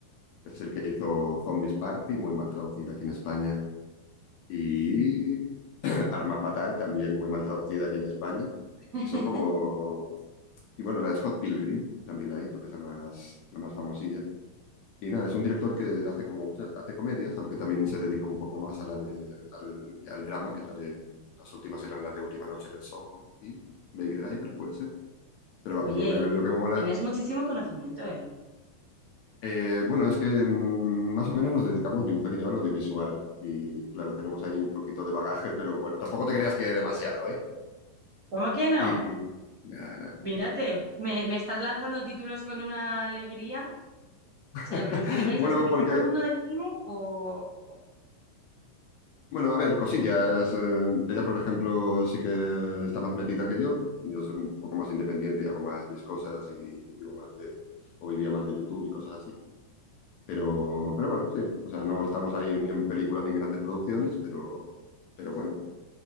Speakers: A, on the left; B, on the right.
A: es el que hizo Zombies Party, muy mal traducida aquí en España, y <laughs> Arma Fatal, también muy mal traducida aquí en España.
B: <laughs>
A: Y son como... Y bueno, la de Scott Pilgrim también la hizo, que es la más, la más famosilla. Y nada, es un director que hace como muchas, hace comedias, aunque también se dedica un poco más a la de, al, al drama, que es la de... Las últimas eran la de Última Noche en el Soho y Baby Driver, puede ser. Pero vamos,
B: Oye,
A: lo que, lo que me mola...
B: tienes muchísimo conocimiento, ¿eh?
A: eh, bueno, es que mm, más o menos nos dedicamos, mi mujer y yo, al audiovisual. Y claro, tenemos ahí un poquito de bagaje, pero bueno, tampoco te creas que demasiado, ¿eh?
B: ¿Cómo que no?
A: Y nada, nada.
B: Mírate, me, me estás lanzando títulos con una alegría. O
A: <laughs>
B: sea, ¿pero os dedicáis,
A: Bueno,
B: os dedicáis
A: porque,
B: al mundo del cine o...? o-
A: bueno, a ver, cosillas. eh, ella, por ejemplo, sí que está más metida que yo. Yo soy un poco más independiente y hago más mis cosas y vivo más de, o vivía más de YouTube y cosas así. Pero, pero bueno, sí. O sea, no estamos ahí ni en películas ni en grandes producciones, pero, pero bueno,